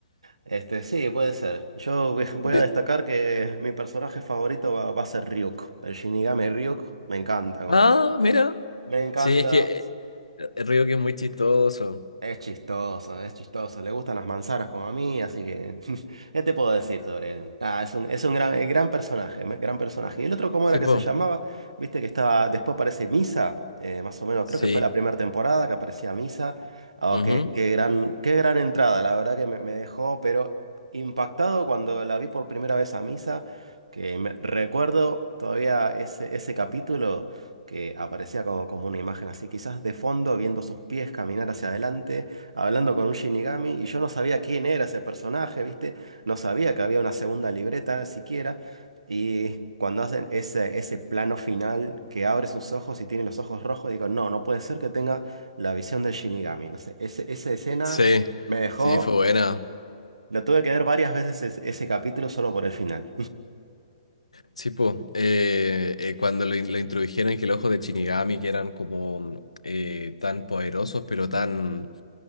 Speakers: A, on the right; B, on the left.
A: Este, sí, puede ser. Yo voy voy
B: De-
A: a destacar que mi personaje favorito va, va a ser Ryuk. El Shinigami Ryuk, me encanta como
B: Ah,
A: es.
B: mira.
A: Me encanta.
B: Sí, es que eh, el Río que es muy chistoso.
A: Es chistoso, es chistoso. Le gustan las manzanas como a mí, así que <laughs> ¿qué te puedo decir sobre él? Nada, es un, es un gran, eh, gran personaje, me- gran personaje. Y el otro, ¿cómo
B: Sí,
A: era que
B: po.
A: se llamaba? Viste que estaba, después aparece Misa, eh, más o menos,
B: Sí.
A: creo que fue la primera temporada que aparecía Misa. Oh,
B: ujú.
A: qué, qué gran, qué gran entrada, la verdad que me, me dejó, pero impactado cuando la vi por primera vez a Misa, que me- recuerdo todavía ese, ese capítulo que aparecía como, como una imagen así, quizás de fondo, viendo sus pies caminar hacia adelante, hablando con un Shinigami, y yo no sabía quién era ese personaje, ¿viste? No sabía que había una segunda libreta siquiera, y cuando hacen ese, ese plano final que abre sus ojos y tiene los ojos rojos, digo, no, no puede ser que tenga la visión del Shinigami, no sé, ese- esa escena
B: Sí.
A: me dejó,
B: Sí, fue buena.
A: la tuve que ver varias veces es- ese capítulo solo por el final.
B: Sí, po. Eh, eh, cuando lo, in- lo introdujeron que el ojo de Shinigami, que eran como eh, tan poderosos, pero tan,